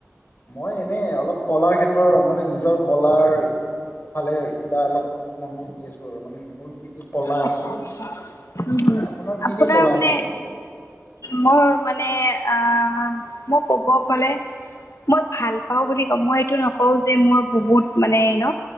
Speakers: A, on the left; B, on the left.
A: মই এনে অলপ কলাৰ ক্ষেত্ৰৰ মানে নিজৰ কলাৰ ভালে বা অলপ মনোযোগ দি আছো আৰু মানে মোৰ কি কলা
B: আচ্ছা
A: আছে
B: আচ্ছা হম
A: হয় কি
B: আপোনাৰ
A: কি কলা
B: মানে
A: আছে এনে?
B: মোৰ মানে আহ মই ক'ব গলে, মই ভাল পাও বুলি কওঁ মই এইটো নকওঁও যে মোৰ বহুত মানে ন